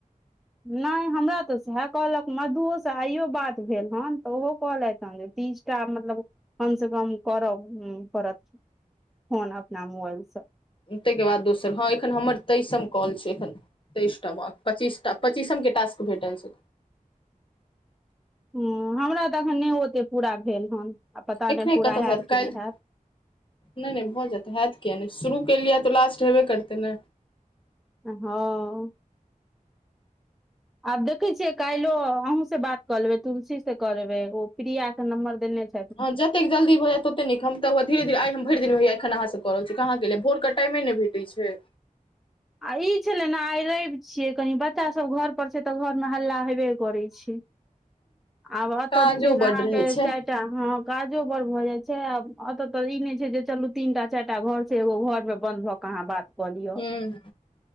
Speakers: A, in the centre; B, on the left.
A: नहि हमरा तऽ सएह कहलक मधुओ स आइयो बात भेल हन तऽ ओहो कहलैथ तीसटा मतलब कम से कम कर पड़थ फोन अपना मोबाइलसँ
B: ताहिके बाद दोसर हँ एखन हमर तैइसम कॉल छै एखन तेइस टा बाँक पच्चीसटा पच्चीसम के टास्क भेटल छै।
A: हूंम्म हमरा तऽ अखन नहि ओते पूरा भेल हन आ पता
B: एखने
A: नहि पूरा
B: कतयसँ
A: हैत कि
B: काल्हि
A: नहि हैत।
B: नहि नहि भऽ जातै हत कििया नहि शुरू केलियै तऽ लास्ट हेबे करतै नऽ
A: हँ आब देखै छीे कालो अहूं से बात कर लेबैे तुलसी से क लेबै ओ प्रिया के नम्बर देने छै
B: ह जतेक जल भऽ जा तते नीक हम तऽ धरे धीे आइ हम भरि दिन हैया एखन अहाँ कऽ रहल छी कहाँके भोर क टाइमे नहि भेटै छै
A: आई छलै ने आइ रैव छिये कनी बच्चा सब घर पर छै तऽ घर में हल्ला हेबे करै छै आब ओतऽ
B: काजो
A: जे छै से
B: बड्ड
A: अहाँ
B: रहै
A: के
B: छै
A: चाइ हँ काजो बड़ भऽ जाय छै एत त ई नहि छै जे चलू तीनटा चारिटा घर छै एगो घर मे बंद भऽ कऽ अहाँ बात कऽ लिय।
B: हूँ